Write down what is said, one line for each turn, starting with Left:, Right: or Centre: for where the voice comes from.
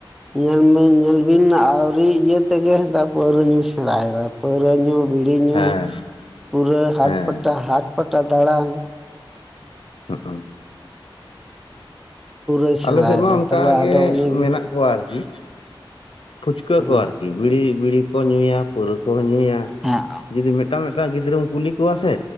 Centre: ᱧᱮᱞᱵᱤᱱ ᱧᱮᱞ ᱵᱤᱱ ᱟᱹᱣᱨᱤ ᱤᱭᱟᱹ ᱛᱮᱜᱮ ᱯᱟᱹᱣᱨᱟᱹ ᱧᱩ ᱥᱮᱬᱟᱭᱫᱟ ᱯᱟᱹᱣᱨᱟᱹ ᱧᱩ ᱵᱤᱲᱤ ᱧᱩ
Left: ᱦᱮᱸ
Centre: ᱯᱩᱨᱟᱹ ᱦᱟᱴ
Left: ᱦᱮᱸ
Centre: ᱯᱟᱴᱟ ᱦᱟᱴ ᱯᱟᱴᱟ ᱫᱟᱬᱟᱱ᱾
Left: ᱦᱮ
Centre: ᱯᱩᱨᱟᱹᱭ ᱥᱮᱬᱟᱭᱮᱫᱟ
Left: ᱟᱞᱮ ᱥᱮᱫ ᱢᱟ ᱚᱱᱠᱟᱜᱮ
Centre: ᱛᱟᱦᱚᱞᱮ ᱟᱫᱚ ᱩᱱᱤᱜᱮ
Left: ᱢᱮᱱᱟᱜ ᱠᱚᱣᱟ ᱟᱨᱠᱤ᱾ ᱯᱷᱩᱪᱠᱟᱹ
Centre: ᱦᱩᱸ
Left: ᱠᱚ ᱟᱨᱠᱤ, ᱵᱤᱲᱤ ᱵᱤᱲᱤ ᱠᱚ ᱧᱩᱭᱟ, ᱯᱟᱹᱣᱨᱟᱹ ᱠᱚᱦᱚᱸ ᱧᱩᱭᱟ᱾
Centre: ᱦᱮᱸ
Left: ᱡᱩᱫᱤ ᱢᱤᱫᱴᱟᱝ ᱢᱤᱫᱴᱟᱝ ᱜᱤᱫᱽᱨᱟᱹᱢ ᱠᱩᱞᱤ ᱠᱚᱣᱟ ᱥᱮ